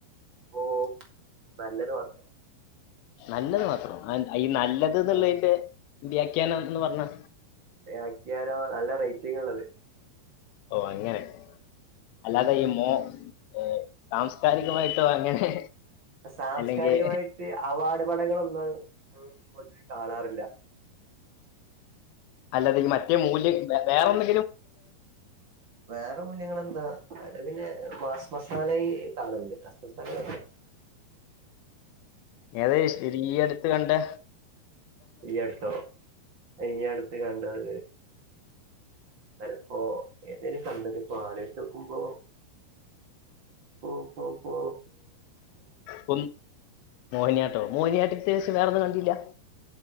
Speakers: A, on the right; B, on the left.
A: ഓ നല്ലത് മാത്രം
B: നല്ലത് മാത്രം ആ ഈ നല്ലത് എന്നുള്ളതിന്റെ
A: ആ
B: വ്യാഖ്യാനം എന്ന് പറഞ്ഞ
A: വ്യാക്യാനം നല്ല റേറ്റിങ് ആണ്ത്
B: ഓ അങ്ങനെ അല്ലാതെ ഈ മോ ഏ സാംസ്കാരികമായിട്ടോ അങ്ങനെ
A: സാംസ്കാരികമായിട്ട്
B: അല്ലെങ്കിൽ
A: അവാഡ് പടങ്ങളൊന്നുംതു കാണാറില്ല
B: അല്ലാതെ ഈ മറ്റേ മൂല്യം വേറെന്ന
A: വേറെ മൂല്യങ്ങൾ എന്താ അ പിന്നെ മാസ് മസാല കാണുന്നുണ്ട് മാസ് മസാല
B: ഏത സ്ഥിതീ അടുത്ത് കണ്ട്
A: ഈ അടുത്തോ ഈ അടുത്ത് കണ്ടത് അനപ്പോ ഏതേലും കണ്ടത് ഇപ്പോ ആലോയിച്ച് നോക്കുമ്പോ ഓപൊപോ..
B: ഹും മോഹിനിയാട്ടോ മോഹിനിയാട്ടത്തിന്ഷം വേറെന്നും കണ്ടില്യ